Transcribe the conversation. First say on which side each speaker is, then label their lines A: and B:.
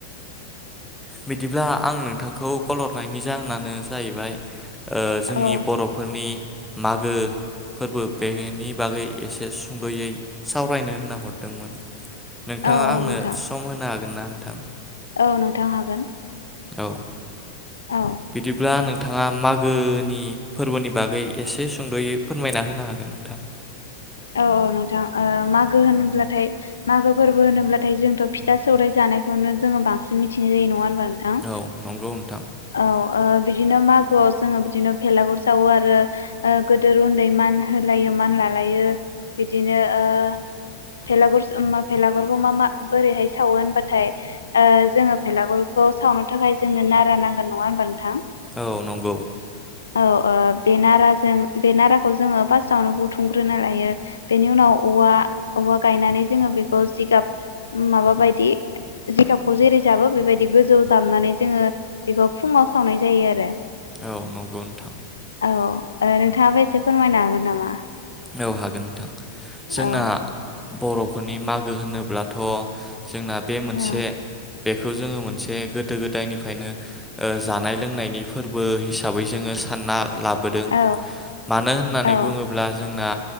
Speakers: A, in the centre; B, on the left.
A: बिदिब्ला आं नोंथांखौ कल हरनायनि जाहोनानो जाहैबाय। ओ जोंनि
B: औ
A: बर'फोरनि। मागो। फोरबो <unintelligible> बागै एसे सुंदयै सावरायनो ओनना हरदोंमोन। नोंथाङा
B: औ
A: आंनो
B: नोंथां
A: सम होनो हाग गोनना नोंथां।
B: औ नोंथां हागोन।
A: औ।
B: औ
A: बिदिब्ला नों। थाङा मागोनि फोरबोनि बागै एसे सुंदयै फोरमायना होनो हागोन नोंथां।
B: औ औ नोंथां ओ माग गो होनब्लाथाय मागो फोरबो होनोबाथाय जोंथ फिथा सौराय जानायखौनो जोंङो बांसिन मिथिनाय जायो नंङा होनबा थां
A: औ नंगौ नोंथां
B: औ ओ बिदिनो मागोआव जोंङो बिदिनो भेलागुर सावो आरो ओ गोदोर उन्दै मान होलायो मान लालायो। बिदिनो ओ भेलागुर स-मा भेलागुरखौ मा मा बोरैहाय सावो होनबाथाय ओ जोंङो भेलागुरखौ सावनो थाखाय जोंनो नारा नांगोन नंङा होनबा नोंथां?
A: औ नंगौ।
B: औ ओ बे नाराजों बे नाराखौ जोंङो फार्स्टावनो बुथुमग्रोना लायो बेनि उनाव औवा औवा गायनानै जोंङो बेखौ जिगाब माबा बायदि जिगाबखौ जेरै जाबो बेबायदि गोजौ जाबनानै जोंङो बेखौ फुंङाव सावनाय जायो आरो।
A: औ नंगौ नोंथां।
B: औ ओ नोंथांङाबो एसे फोरमायनो हागोन नामा?
A: औ हाग गोन नोंथां जोंना
B: औ
A: बर'फोरनि मागो होनोब्लाथ जोंना बे मोनसे
B: औ
A: बेख खौ जोंङो मोनसे गोदो गोदायनिफ्रायनो ओ जानाय लोंनायनि फोरबो हिसाबै जोंङो सानना लाबोदों
B: औ
A: मानो होननानै
B: औ
A: बुंङोब्ला जोंना